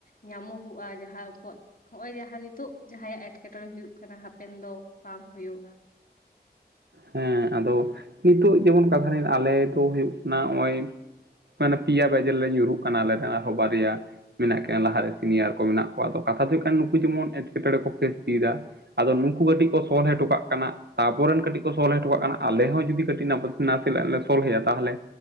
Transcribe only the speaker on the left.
ᱧᱟᱢᱚᱜᱚᱜᱼᱟ᱾ ᱡᱟᱦᱟᱸ ᱩᱱᱠᱩᱣᱟᱜ ᱱᱚᱜ ᱚᱭ ᱡᱟᱦᱟᱸ ᱱᱤᱛᱚᱜ ᱡᱟᱦᱟᱸᱭᱟᱜ ᱮᱸᱴᱠᱮᱴᱚᱬᱮ ᱦᱩᱭᱩᱜ ᱠᱟᱱᱟ, ᱦᱟᱯᱮᱱ ᱫᱚ ᱵᱟᱝ ᱦᱩᱭᱩᱜᱼᱟ᱾